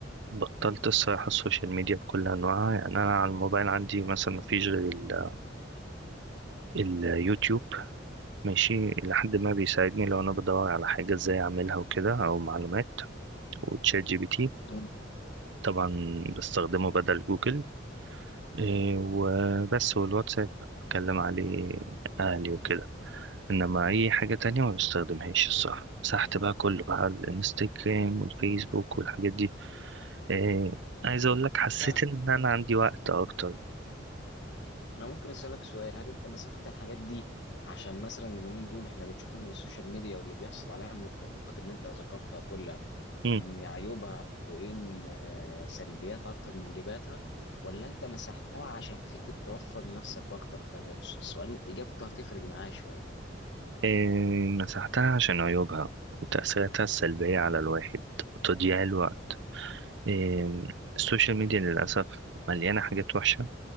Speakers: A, on the right; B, on the left.
A: بطلت الصراحة السوشيال ميديا بكل أنواعها يعني أنا على الموبايل عندي مثلا مفيش غير ال- اليوتيوب ماشي لحد ما بيساعدني لو أنا بدور على حاجة إزاي أعملها وكده أو معلومات وتشات جي بي تي
B: آه.
A: طبعا بستخدمه بدل جوجل إيه وبس والواتساب بكلم عليه أهلي وكده إنما أي حاجة تانية ما بستخدمهاش الصراحة مسحت بقى كله بقى الانستجرام والفيسبوك والحاجات دي إيه عايز اقول لك حسيت
B: انا
A: ان انا عندي وقت اكتر
B: أنا ممكن اسالك سؤال هل انت مسحت الحاجات دي عشان مثلا اليومين دول احنا بنشوف ان السوشيال ميديا واللي بيحصل عليها من التطبيقات اللي انت ذكرتها كلها
A: مم.
B: ان عيوبها وان آه، سلبياتها اكتر من ايجاباتها ولا انت مسحتها عشان فيك توفر لنفسك وقت اكتر لان السؤال اجابته هتفرق معايا شويه
A: إيه مسحتها عشان عيوبها وتأثيراتها السلبية على الواحد وتضييع الوقت إيه السوشيال ميديا للأسف مليانة حاجات وحشة